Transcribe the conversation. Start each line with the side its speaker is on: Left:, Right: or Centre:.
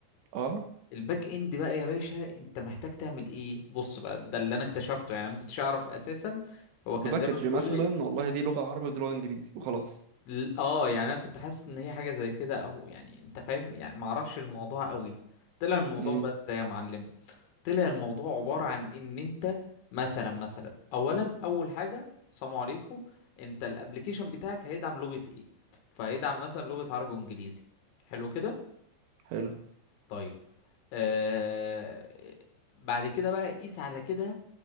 Right: اه
Left: الباك اند بقى يا باشا انت محتاج تعمل ايه بص بقى ده اللي انا اكتشفته يعني انا ما كنتش اعرف اساسا هو
Right: بباكج
Left: كان دايما بيقول
Right: مثلا
Left: لي
Right: والله دي لغة عربي ودي لغة انجليزي وخلاص
Left: ل- اه يعني انا كنت حاسس ان هي حاجه زي كده اهو يعني انت فاهم يعني ما اعرفش الموضوع قوي طلع الموضوع
Right: مم.
Left: بقى ازاي يا معلم طلع الموضوع عباره عن ان انت مثلا مثلا اولا اول حاجه سلام عليكم انت الابليكيشن بتاعك هيدعم لغه ايه فهيدعم مثلا لغه عربي وانجليزي حلو كده
Right: حلو
Left: طيب آه بعد كده بقى قيس على كده